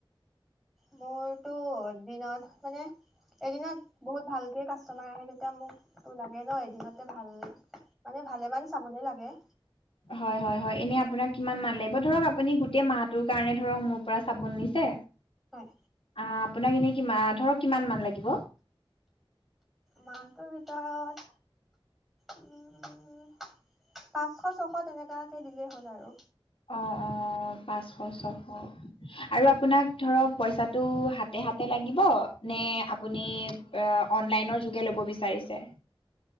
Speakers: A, in the centre; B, on the left.
A: মোৰতো এ দিনত মানে এদিনত বহুত ভালকে কাষ্টমাৰ আহে তেতিয়া মোক ত লাগে ন এদিনতে ভাল মানে ভালে মমান চাবনে লাগে
B: হয় হয় হয় এনে আপোনাক কিমান মাল লাগিব ধক আপুনি গোটেই মাহটোৰ কাৰণে ধৰক মোৰ পৰা চাব নিছে
A: হয়
B: আহ আপোনাক এনে ধক কি ল
A: মাহটোৰ ভিতৰত উম পাঁচশ ছশ তেনেকুৱাকে দিলেই হ'ল আৰু
B: অ অ পাঁচশ ছশ আৰু আপোনাক ধৰক পইচাটো হাতে হাতে লাগিব নে আপুনি আ অনলাইনৰ যোগেদি ল'ব বিচাৰিছে।